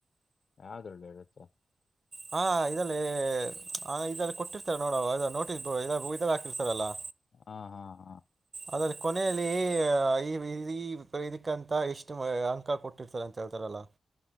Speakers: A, on the left; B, on the right.
A: ಯಾವ್ದ್ಳ್ಳ ಇರುತ್ತೆ
B: ಹಾ ಇದದೆಲ್ಲಿ ಆ ಇದಲ್ಲಿ ಕೊಟ್ಟಿರ್ತಾರೆ ನೋಡ ನೋಟಿಸ್ ಇದಲ್ಲ ಹಾಕಿರ್ತಾರಲ್ಲಾ
A: ಹಾ ಹಾ ಹಾ
B: ಅದ್ರ ಕೊನೆಯಲ್ಲಿ ಈ ಇದಕ್ಕಂತ ಎಷ್ಟು ಅಂಕ ಕೊಟ್ಟಿರ್ತಾರ ಅಂತ ಹೇಳ್ತಾರಲ್ಲ ಹ್ಮ